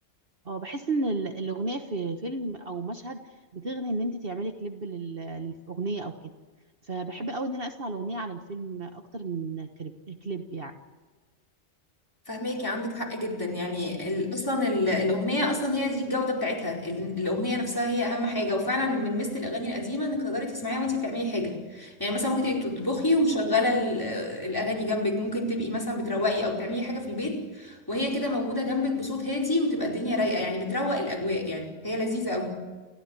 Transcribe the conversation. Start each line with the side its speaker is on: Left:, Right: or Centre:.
Right: اه بحس ان ال- الاغنيه في فيلم او مشهد بتغني ان انت تعملي كليب لل- للاغنيه او كده فبحب قوي ان انا اسمع الاغنيه على الفيلم اكتر من كليب كليب يعني
Left: فهماكي عندك حق جدا يعني ال- اصلا ال- الاغنيه اصلا هي دي الجوده بتاعتها ال- الاغنيه نفسها هي اهم حاجه وفعلا من مثل الاغاني القديمه انك تقدري تسمعيها وانت بتعملي حاجه يعني مثلا ممكن تبقي بتطبخي ومشغله ال- الاغاني جنبك ممكن تبقي مثلا بتروقي او بتعملي حاجه في البيت وهي كده موجوده جنبك بصوت هادي وتبقى الدنيا رايقه يعني بتروق الاجواء يعني هي لذيذه قوي